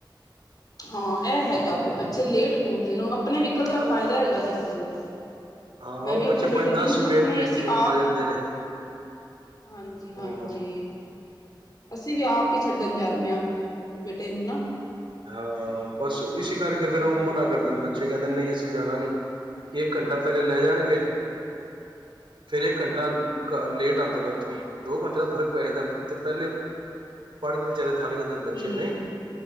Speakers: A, on the left (about 50°); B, on the right (about 85°).
A: ਹਾਂ, ਇਹ ਹੈਗਾ ਵੇ, ਬੱਚੇ ਲੇਟ ਪਹੁੰਚਦੇ ਨੇ। ਉਹ ਆਪਣੇ ਵ੍ਹੀਕਲ ਦਾ
B: ਹਾਂ
A: ਫਾਇਦਾ ਹੈਗਾ ਜੇ ਸਗੋਂ।
B: ਹਾਂ
A: ਮੈਂ
B: ਉਹ
A: ਵੀ ਆਪਣੇ
B: ਬੱਚੇ
A: ਬੇਟੇ
B: ਪੰਜ
A: ਦੀ
B: ਦਸ
A: ਨਾ, ਆਪਣਾ
B: ਮਿੰਟ
A: ਹੀ ਅਸੀਂ
B: ਚ
A: ਆਪ
B: ਆ ਜਾਂਦੇ ਨੇ
A: ਹਾਂਜੀ-ਹਾਂਜੀ।
B: ਹਾਂ
A: ਅਸੀਂ ਵੀ ਆਪ ਹੀ ਛੱਡਣ ਜਾਣੇ ਹਾਂ, ਬੇਟੇ ਨੂੰ ਨਾ।
B: ਹਾਂ, ਬੱਸ, ਉਹ ਇਸੀ ਕਰਕੇ
A: ਹਮ
B: ਫਿਰ ਉਹ ਮਨਾ ਕਰਦੇ ਨੇ ਬੱਚ ਬੱਚੇ ਕਹਿੰਦੇ ਨਹੀਂ, ਅਸੀਂ ਜਾਣਾ ਨਹੀਂ ਕਿ ਇੱਕ ਘੰਟਾ ਪਹਿਲੇ ਲੈ ਜਾਣਗੇ। ਫਿਰ ਇੱਕ ਘੰਟਾ ਘਰ ਲੇਟ ਆਉਂਦੇ ਨੇ, ਉੱਥੋਂ। ਦੋ ਘੰਟੇ ਦਾ ਫ਼ਰਕ ਪੈ ਜਾਂਦਾ ਤੇ ਪਹਿਲੇ, ਪੜ੍ਹ ਕੇ ਵਿਚਾਰੇ ਥੱਕ ਜਾਂਦੇ ਨੇ। ਬੱਚੇ
A: ਹੂੰ-ਹੂੰ,
B: ਨਹੀਂ